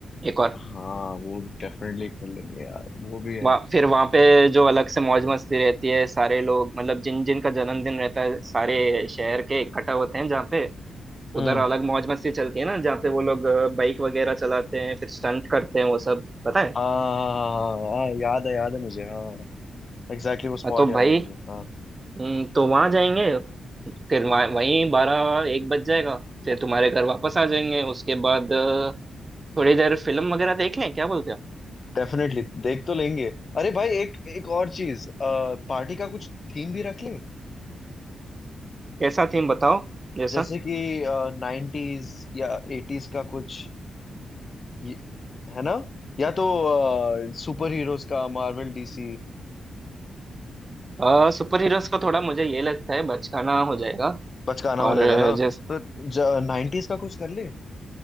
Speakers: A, on the right (about 30°); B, on the left (about 40°).
A: एक और
B: हाँ हाँ, वो डेफिनेटली कर लेंगे यार वो भी है
A: वहाँ फिर वहाँ पे जो अलग से मौज मस्ती रहती है सारे लोग मतलब जिन जिन का जन्मदिन रहता है सारे शहर के इकट्ठा होते हैं जहाँ पे
B: हम्म
A: उधर अलग मौज मस्ती चलती है ना जहाँ पे वो लोग बाइक वगैरह चलाते हैं फिर स्टंट करते हैं वो सब पता है
B: हाँ हाँ हाँ हाँ हाँ, हाँ, हाँ, हाँ, याद है याद है मुझे हाँ हाँ। एग्जैक्टली exactly वो स्पॉट
A: हाँ, तो
B: याद
A: भाई
B: है मुझे हाँ
A: हम्म, तो वहाँ जाएंगे फिर वहाँ वहीं बारह एक बज जाएगा फिर तुम्हारे घर वापस आ जाएंगे उसके बाद अ, थोड़ी देर फिल्म वगैरह देख लें क्या बोलते हो
B: डेफिनेटली देख तो लेंगे अरे भाई एक एक और चीज पार्टी का कुछ थीम भी रख ले
A: कैसा थीम बताओ जैसा
B: जैसे कि नाइन्टीज या एटीज का कुछ ये- है ना या तो सुपर हीरोज का मार्वल डीसी
A: आ, सुपर हीरोज का थोड़ा मुझे ये लगता है बचकाना हो जाएगा
B: बचकाना हो
A: और
B: जाएगा ना
A: जैस
B: तो नाइन्टीज का कुछ कर ले